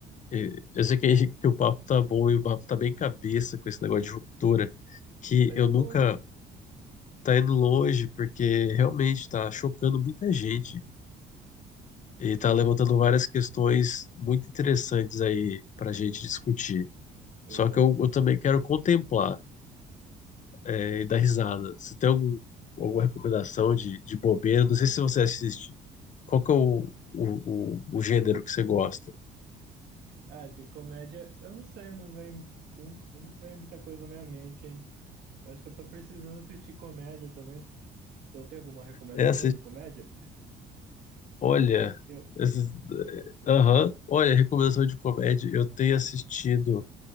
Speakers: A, on the left; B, on the right.
A: eh, Eu sei que, <laughs> que o papo tá bom e o papo tá bem cabeça com esse negócio de ruptura,
B: se
A: que
B: está indo
A: eu
B: longe,
A: nunca
B: né?
A: tá indo longe, porque realmente tá chocando muita gente e tá
B: De...
A: levantando várias
B: é,
A: questões muito interessantes aí pra gente discutir.
B: exato.
A: Só que eu, eu também quero contemplar, eh, e dar risada. Você tem algum, alguma recomendação de, de bobeira? Não sei se você assiste. Qual que é o, o, o, o gênero que você gosta?
B: Ah, de comédia, eu não sei, eu não vem, um- não vem muita coisa na minha mente, hein? Acho que eu tô precisando assistir comédia também. Então tem alguma recomendação
A: É,
B: de comédia?
A: Olha,
B: Eu,
A: esses- aham, Olha, recomendação de comédia. Eu tenho assistido,